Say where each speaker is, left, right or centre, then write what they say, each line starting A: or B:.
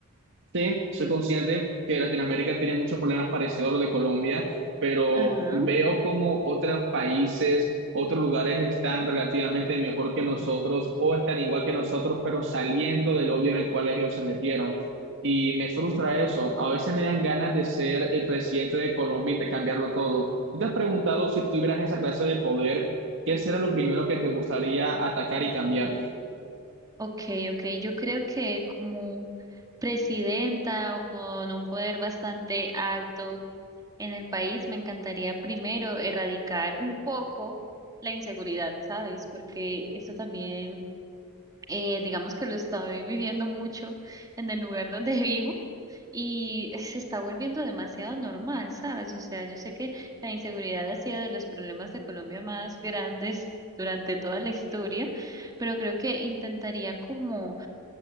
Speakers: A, on the right (about 55°); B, on the right (about 15°).
A: Sí, soy consciente que Latinoamérica tiene muchos problemas parecidos a los de Colombia, pero
B: Ajá.
A: veo como otros países, otros lugares están relativamente mejor que nosotros o están igual que nosotros, pero saliendo del hoyo en el cual ellos se metieron. Y me frustra eso. A veces me dan ganas de ser el presidente de Colombia y de cambiarlo todo. ¿Tú te has preguntado si tuvieras esa clase de poder, qué será lo primero que te gustaría atacar y cambiar?
B: Ok, ok. Yo creo que como presidenta o con un poder bastante alto en el país, me encantaría primero erradicar un poco la inseguridad, ¿sabes? Porque eso también, eh, digamos que lo estoy <laughs> viviendo mucho en el lugar donde vivo. y se está volviendo demasiado normal, ¿sabes? O sea, yo sé que la inseguridad ha sido de los problemas de Colombia más grandes durante toda la historia, pero creo que intentaría como